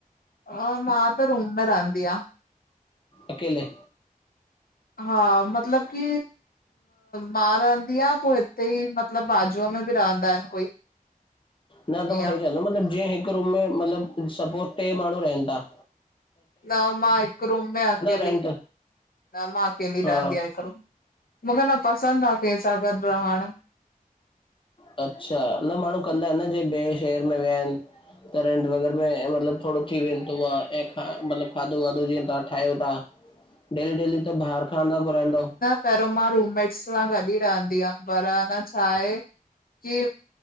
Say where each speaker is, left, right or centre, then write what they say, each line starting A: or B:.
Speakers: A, on the left (about 80°); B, on the left (about 35°).
A: हा मां त रूम में रहंदी आं।
B: अकेले।
A: हा मतलब कि मां रहंदी आ पो हिते ई म मतिलब बाजूअ में बि रहंदा आहिन कोई।
B: न न
A: ईअं
B: मां हे चवंदम जी हिक रूम में मतलब सपोज टे माण्हू रहन ता
A: न मां हिक रूम में अकेली
B: रेंट
A: न मां अकेली
B: हा
A: रहंदी आयां हिक रूम न न पसंद आ केंसा गॾ रहण,
B: अच्छा न माण्हू कंदा अन न जीअं ॿे शहर में विया आहिन। त रेंट वग़ैरह में मतलब थोड़ो थी वेंदो आ ऐं मतलब खाधो वाधो जीअं तव्हां ठाहियो ता। डेली डेली त बाहिर खां न घुराईंदव।
A: पेरों मां रूममेट्स सां गॾ ई रहंदी हुअम पर अन छाए कि